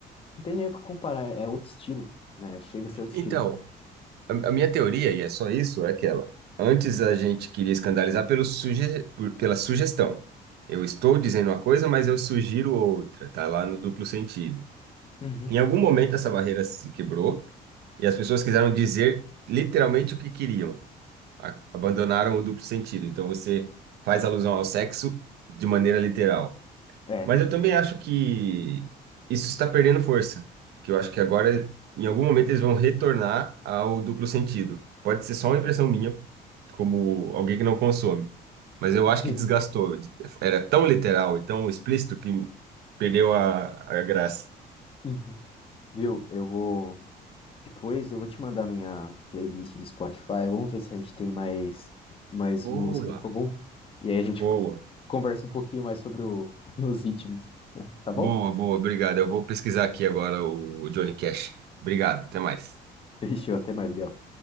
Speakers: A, on the left; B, on the right.
A: Não tem nem o que comparar, é é outro estilo, né? Chega a ser outro
B: Então,
A: estilo.
B: A, a minha teoria, e é só isso, é aquela. Antes a gente queria escandalizar pelo suge, por- pela sugestão. Eu estou dizendo uma coisa, mas eu sugiro outra, tá lá no duplo sentido.
A: Uhum.
B: Em algum momento essa barreira se quebrou e as pessoas quiseram dizer literalmente o que queriam. A- Abandonaram o duplo sentido. Então você faz alusão ao sexo de maneira literal.
A: É.
B: Mas eu também acho que isso está perdendo força, que eu acho que agora, em algum momento, eles vão retornar ao duplo sentido. Pode ser só uma impressão minha, como alguém que não consome, mas eu
A: <laughs>
B: acho que desgastou. Era tão literal e tão explícito que perdeu a, a graça.
A: Uhum. Viu? Eu vou. Depois eu vou te mandar minha playlist do Spotify. Vamos ver se a gente tem mais, mais
B: Boa.
A: música em comum. E aí a gente
B: Boa,
A: conversa um pouquinho mais sobre o- <laughs> os ritmos. Tá bom?
B: boa, boa, obrigado. Eu vou pesquisar aqui agora o Johnny Cash. Obrigado, até mais.
A: Fechou, até mais, Bel.